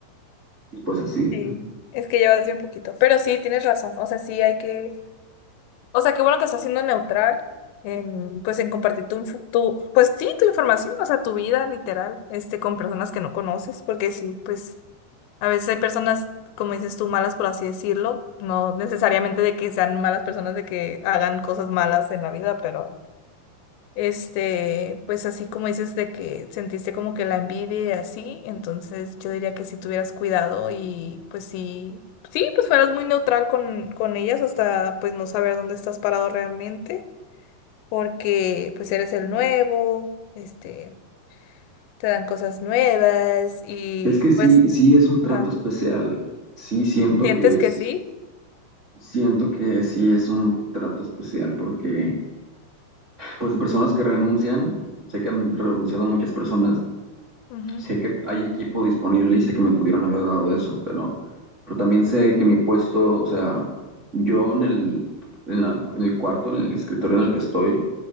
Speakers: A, on the right; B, on the left.
A: y pues así.
B: sí. Es que llevas bien poquito. Pero sí, tienes razón. O sea, sí hay que. O sea, qué bueno que estás siendo neutral en, pues, en compartir tu, info- tu, pues sí, tu información, o sea, tu vida literal, este, con personas que no conoces, porque sí, pues, a veces hay personas, como dices tú, malas, por así decirlo, no necesariamente de que sean malas personas, de que hagan cosas malas en la vida, pero Este, pues así como dices de que sentiste como que la envidia y así, entonces yo diría que si tuvieras cuidado y pues sí, sí, pues fueras muy neutral con, con ellas hasta pues no saber dónde estás parado realmente, porque pues eres el nuevo, este, te dan cosas nuevas y
A: Es que sí,
B: pues,
A: sí es un trato
B: ajá,
A: especial, sí siento
B: sientes
A: que es
B: que sí.
A: Siento que sí es un trato especial porque, pues, de personas que renuncian, sé que han renunciado muchas personas,
B: Ujú,
A: sé que hay equipo disponible y sé que me pudieron haber dado eso, pero, pero también sé que mi puesto, o sea, yo en el, en la- en el cuarto, en el escritorio en el que estoy,